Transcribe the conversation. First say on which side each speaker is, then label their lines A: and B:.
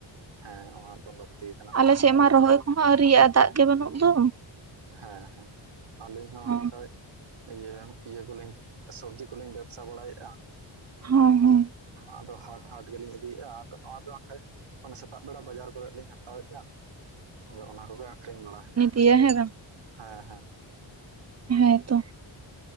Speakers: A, on the right; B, on the right.
A: ᱦᱮᱸ ᱚᱱᱟ ᱫᱚ ᱞᱟᱹᱠᱛᱤ ᱠᱟᱱᱟ,
B: ᱟᱞᱮ ᱥᱮᱫ
A: ᱟᱹᱞᱤᱧ
B: ᱢᱟ ᱨᱚᱦᱚᱭ
A: ᱦᱚᱸ
B: ᱠᱚᱦᱚᱸ ᱟᱹᱣᱨᱤᱭᱟᱜ-ᱟ ᱫᱟᱜ ᱜᱮ ᱵᱟᱹᱱᱩᱜ ᱫᱚ᱾
A: ᱦᱮᱸ ᱦᱮᱸ ᱟᱹᱞᱤᱧ ᱦᱚᱸ‌
B: ᱦᱚᱸ
A: ᱠᱷᱟᱡ ᱤᱭᱟᱹ ᱤᱭᱟᱹ ᱠᱚᱞᱤᱧ ᱥᱚᱵᱽᱡᱤ ᱠᱚᱞᱤᱧ ᱵᱮᱵᱽᱥᱟ ᱵᱟᱲᱟᱭᱮᱜ-ᱟ᱾
B: ᱦᱮᱸ ᱦᱮᱸ᱾
A: ᱟᱫᱚ ᱦᱟᱴ ᱦᱟᱴ ᱜᱮᱞᱤᱧ ᱤᱫᱤᱭᱮᱜ-ᱟ ᱟᱫᱚ ᱱᱚᱣᱟ ᱫᱚ ᱵᱟᱝᱠᱷᱟᱡ ᱚᱱᱮ ᱥᱮᱛᱟᱜ ᱵᱮᱲᱟ ᱵᱟᱡᱟᱨ ᱠᱚᱨᱮᱜ ᱞᱤᱧ ᱦᱟᱛᱟᱣᱮᱜ-ᱟ ᱟᱫᱚ ᱚᱱᱟ ᱠᱚᱜᱮ ᱟᱠᱷᱨᱤᱧ ᱵᱟᱲᱟ
B: ᱤᱭᱟᱹ ᱦᱮᱸ ᱵᱟᱝ?
A: ᱦᱮᱸ ᱦᱮᱸ᱾
B: ᱦᱮᱸ ᱛᱚ᱾